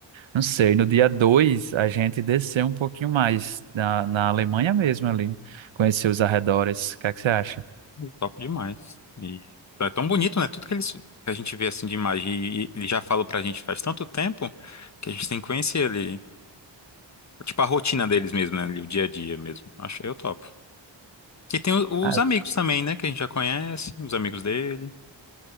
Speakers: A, on the right; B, on the left.
A: não sei, no dia 2 a gente descer um pouquinho mais na, na Alemanha mesmo ali, conhecer os arredores. O que é que você acha?
B: Uhum. Top demais. E é tão bonito, né? Tudo que eles. que A gente vê assim de imagem e ele já falou pra gente faz tanto tempo que a gente tem que conhecer ele. Tipo, a rotina deles mesmo, né? O dia a dia mesmo. Acho eu topo. E tem o-
A: Ah,
B: os amigos também, né? Que a gente já conhece, os amigos dele.